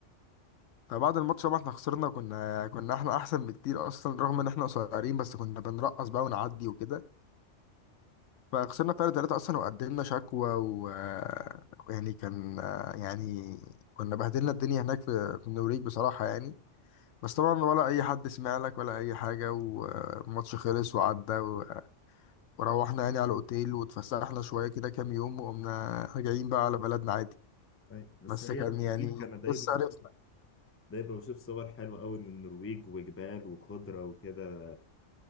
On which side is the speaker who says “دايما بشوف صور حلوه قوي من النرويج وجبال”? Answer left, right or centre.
Left